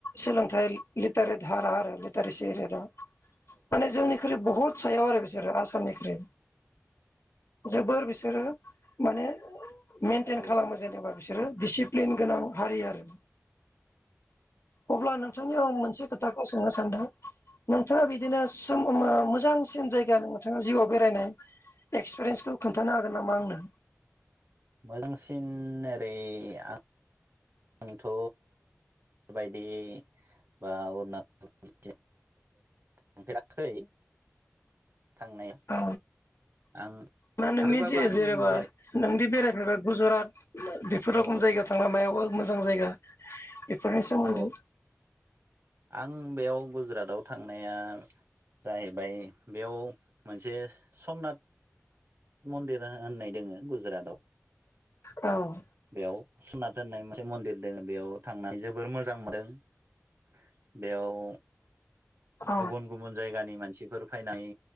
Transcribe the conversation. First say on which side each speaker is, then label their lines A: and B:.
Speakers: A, on the left; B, on the right.
A: सोलोंथाइ लिटारेट हारा आरो टारेसि रेदा माने जोंनिख्रुइ बुहुत सायाव आरो बिसोरो आस सामनिफ्राय जोबोर बिसोरो माने मेनटेन
B: औ
A: खालामो जेनेबा बिसोरो डिसिप्लिन गोनां हारि आरो अब्ला नोंथांनियाव आं मोनसे खोथाखौ सोंनो सानदों नोंथाङा बि दिनो सोमोनां मोजां सिन जायगा नोंथाङा जिउआव बेरायनाय एक्सपिरियेन्सखौ खोन्थानो हागोन नामा आंनो।
B: मोजांसिन ओरै आं आंथ' बेबायदि बा अरुणा <unintelligible> थांफेराखै। थांनाया
A: औ
B: आं
A: दा नोंनि
B: थांदोंबाबो
A: जि
B: आं
A: जेनेबा
B: जेरै
A: नोंदि बेरायफेरबाय गुज'रात बेफोर
B: औ
A: रोखम जायगा थांना मायावबा मोजां जायगा बेफोरनि सोमोन्दै
B: औ आं बेयाव गुजुरातआव थांनाया जाहैबाय बेयाव मोनसे समनाथ मन्दिरा होननाय दोङो गुजरातआव।
A: औ
B: बेयाव सुमनात होननाय मोनसे मन्दिर दङ बेयाव थांनानै जोबोर मोजां मोनदों। बेयाव
A: औ
B: गुबुन गुबुन जायगानि मान सिफोर फायनानै